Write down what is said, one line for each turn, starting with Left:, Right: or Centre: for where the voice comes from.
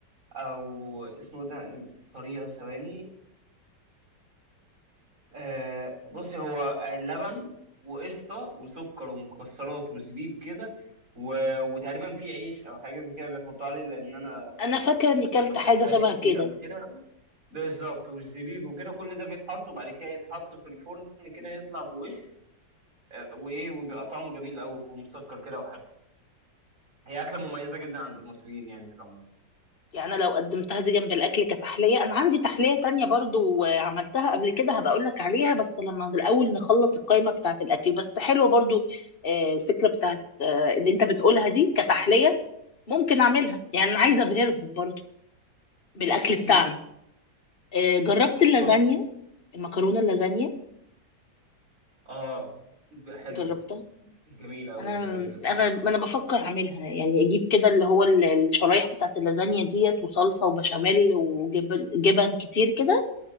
Right: او اسمه ده طريقه ثواني آه بصي هو لبن وقشطه وسكر ومكسرات وزبيب كده و- وتقريبا في عيش او حاجه زي كده بيحطوا عليه لان انا
Left: انا
Right: م-
Left: فاكره اني كلت
Right: ما اكلتهاش
Left: حاجه شبه
Right: كتير
Left: كده
Right: قبل كده بالظبط والزبيب وكده كل ده بيتحط وبعد كده يتحط في الفرن كده يطلع بوش آه، وايه وبيبقى طعمه جميل او مسكر كده وحلو هي اكله مميزه جدا عند المصريين يعني في العموم
Left: يعني أنا لو قدمتها دي جنب الاكل كتحليه انا عندي تحليه تانية برضو آه، عملتها قبل كده هبقى اقول لك عليها بس لما الاول نخلص القائمه بتاعه الاكل بس حلوه برضو آه، الفكره بتاعه آه، اللي انت بتقولها دي كتحليه ممكن اعملها يعني انا عايزه ابهرهم برضو بالاكل
Right: مم.
Left: بتاعنا آه، جربت اللازانيا
Right: اه
Left: المكرونه اللازانيا
Right: اه ج- حلوه
Left: جربتها
Right: جميله قوي
Left: انا
Right: جميله جميله
Left: انا انا بفكر اعملها يعني اجيب كده اللي هو ال- الشرايح بتاعت اللازانيا ديت وصلصه وبشاميل وجبن جبن كتير كده